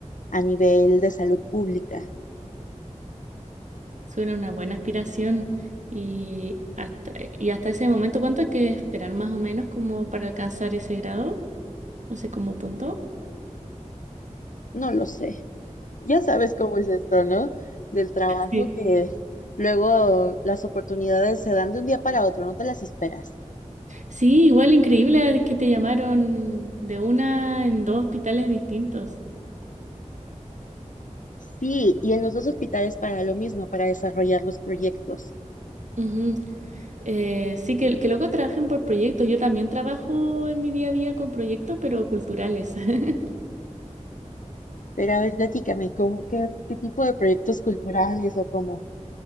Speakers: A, on the left; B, on the right.
A: a nivel de salud pública.
B: Suena una buena aspiración. Y hasta, y hasta ese momento, ¿cuánto hay que esperar más o menos como para alcanzar ese grado? O sea, como punto.
A: No lo sé. Ya sabes cómo es esto, ¿no? Del trabajo
B: Sí.
A: que luego las oportunidades se dan de un día para otro, no te las esperas.
B: Sí, igual increíble que te llamaron de una en dos hospitales distintos.
A: Sí, y en los dos hospitales para lo mismo, para desarrollar los proyectos.
B: Ujú. Eh, sí, que, que luego trabajen por proyectos. Yo también trabajo en mi día a día con proyectos, pero culturales. <laughs>
A: Pero a ver, platícame, ¿cómo- qué, qué tipo de proyectos culturales o cómo?